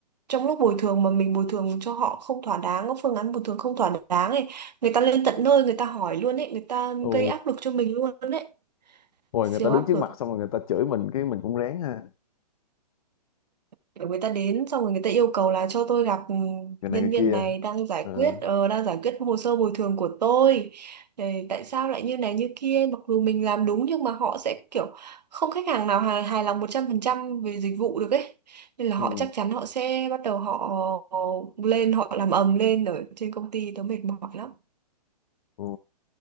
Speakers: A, on the right (about 75°); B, on the left (about 55°).
A: trong lúc bồi thường mà mình bồi thường cho họ không thỏa đáng, có phương án bồi thường không thỏa đáng ấy người ta lên tận nơi người ta hỏi luôn ấy người ta
B: Ồ,
A: gây áp lực cho mình luôn đấy
B: rồi
A: siêu
B: người ta đứng
A: áp
B: trước
A: lực
B: mặt xong rồi người ta chửi mình cái mình cũng rén ha.
A: Kiểu người ta đến xong rồi người ta yêu cầu là cho tôi gặp ừ,
B: Người
A: nhân
B: này người
A: viên
B: kia.
A: này đang giải
B: Ừ.
A: quyết ờ, đang giải quyết hồ sơ bồi thường của tôi Ờ, tại sao lại như này như kia mặc dù mình làm đúng nhưng mà họ sẽ kiểu không khách hàng nào hài, hài lòng 100% về dịch vụ được ấy nên là
B: Ừ.
A: họ chắc chắn họ sẽ bắt đầu họ lên họ làm ầm lên ở trên công ty tớ mệt mỏi lắm
B: Ừ.